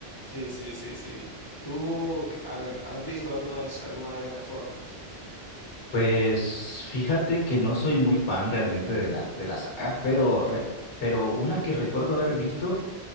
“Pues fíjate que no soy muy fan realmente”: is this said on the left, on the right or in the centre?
Left